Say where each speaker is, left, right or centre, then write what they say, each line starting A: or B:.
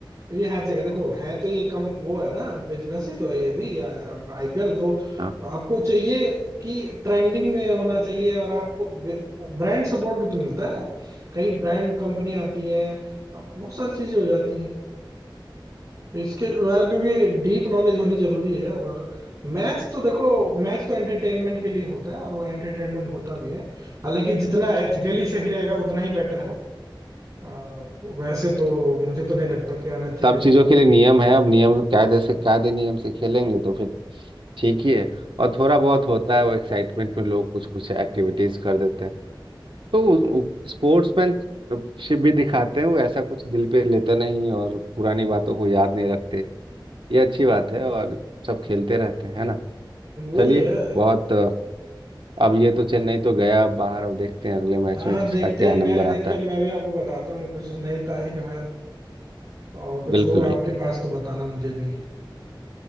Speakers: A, on the right (about 40°); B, on the right (about 80°).
A: ये हर जगह देखो है तो ये कम वो है ना बिजनेस ही तो है ये भी या आईपीएल तो
B: हाँ
A: आपको चाहिए कि ट्रेंडिंग में होना चाहिए और आपको ब्रांड सपोर्ट भी तो मिलता है कई ब्रांड कंपनी आती हैं आपको बहुत सारी चीजें हो जाती हैं तो इसके बारे में भी डीप नॉलेज होनी जरूरी है और मैच तो देखो मैच तो एंटरटेनमेंट के लिए होता है और वो एंटरटेनमेंट होता भी है हालांकि जितना एथिकली सही रहेगा उतना ही बेटर है आ, वैसे तो मुझे तो नहीं लगता कि अनएथिकली
B: सब चीजों के लिए नियम है अब नियम कायदे से कायदे नियम से खेलेंगे तो फिर ठीक ही है और थोड़ा बहुत होता है वो एक्साइटमेंट में लोग कुछ कुछ एक्टिविटीज कर देते हैं तो स्पोर्ट्समैनशिप भी दिखाते हैं वो ऐसा कुछ दिल पे लेते नहीं और पुरानी बातों को याद नहीं रखते ये अच्छी बात है और सब खेलते रहते हैं है ना
A: वही
B: चलिए
A: है
B: बहुत अ, अब ये तो चेन्नई तो गया बाहर अब देखते हैं अगले मैच
A: हाँ
B: में किसका
A: देखते
B: क्या
A: हैं मैच
B: नंबर
A: देख
B: आता
A: के
B: है
A: मैं भी आपको बताता हूँ कुछ नई तारीख अगर और कुछ
B: बिल्कुल
A: हो आपके
B: बिल्कुल
A: पास तो बताना मुझे भी